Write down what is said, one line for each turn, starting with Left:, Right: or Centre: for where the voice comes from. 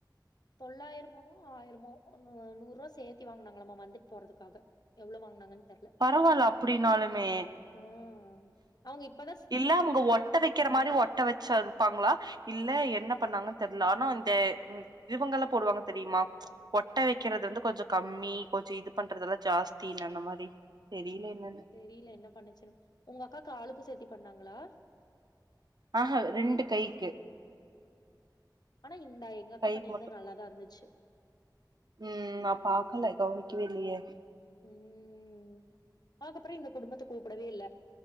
Left: தொள்ளாயிரமோ ஆயிரமோ நூ நூறு ரூபா சேர்த்தி வாங்கினாங்களாமா வந்துட்டு போறதுக்காக எவ்ளோ வாங்னாங்கன்னு தெரில
Right: பரவால்ல அப்டினாலுமே
Left: ம் அவுங்க இப்பதா
Right: இல்ல அவுங்க ஒட்ட வெக்கிற மாரி ஒட்ட வெச்சா ப்பாங்ளா இல்ல என்ன பண்ணாங்கன்னு தெரில ஆனா இந்த இவங்கல்ல போடுவாங்க தெரிமா ஒட்ட வெக்கிறது வந்து கொஞ்சோ கம்மி கொஞ்சோ இது பண்றதெல்லா ஜாஸ்தினாங்க அந்த மாரி தெரியல
Left: உ
Right: என்னன்னு
Left: தெரில என்ன பண்ணுச்சுன்னு உங்க அக்காக்கு ஆளுக்கு சேத்தி பண்ணாங்ளா
Right: ஆஹா ரெண்டு கைக்கு
Left: ஆனா இந்தா எங்க அக்கா
Right: கைக்கு
Left: பண்ணியிருந்தா நல்லாதா இருந்துச்சு
Right: உம் நா பாக்கல கவனிக்கவே இல்லையே
Left: ம் அதுக்கப்றோ இந்த குடும்பத்த கூப்டவே இல்ல